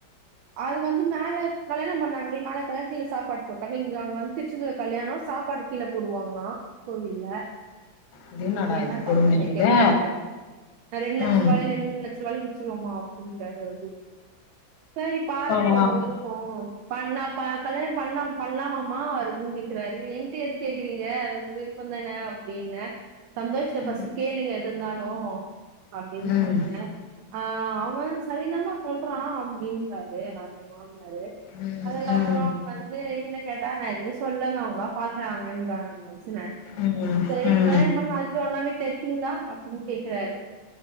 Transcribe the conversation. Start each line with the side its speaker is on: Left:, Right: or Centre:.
Right: அது வந்து மேல கல்யணம் பண்ணாங்க மேல கல்யணதில சாப்பாடு போட்டாங்க இங்க அங்க வந்து திருச்சந்தூ கல்யாணம் சாப்பாடு கீழே போடுவாங்களா கோவில்ல
Left: இது என்னடா
Right: என்ன
Left: இது
Right: கதன்னு
Left: கொடுமையாகுதே
Right: எனக்கே தெர்ல ரெண்டு லட்ச
Left: ம்
Right: ரூபாய்ல ரெண்டு மூண லட்ச ருபாய்ல முச்சருவோமா அப்டிங்றாரு சேரி பாருப்பா
Left: பாவம்
Right: உங்க விருப்போ பண்ணா பா கல்யாண பண்ணா பண்ணலாமா வருக்குன்னு கேக்குறாரு என்கிட்ட எது கேக்குறீங்க அது உங்க விருப் ப தான அப்டின்னே சந்தோஷ்ட ஃபஸ்ட்
Left: ம்
Right: கேளுங்க எதுருந்தாலு அப்டினு
Left: ம்
Right: சொன்னே ஆ அவ சரிதமா சொல்றா அப்டின்றாரு நா எ மாமியாரு
Left: ம்
Right: அதுக்கப்றோ
Left: ம்
Right: வந்து இவங்ட்ட கேட்டா நா எதுமே சொல்லமா அவங்களா பாக்குறாங்கன்றாங்க மச்சின
Left: ம்
Right: சரி
Left: ம்
Right: கல்யாணம் பண்னா அக்கப்றோ ஒண்ணா வீட்லருப்பிங்ளா அப்டின்னு கேக்குறாரு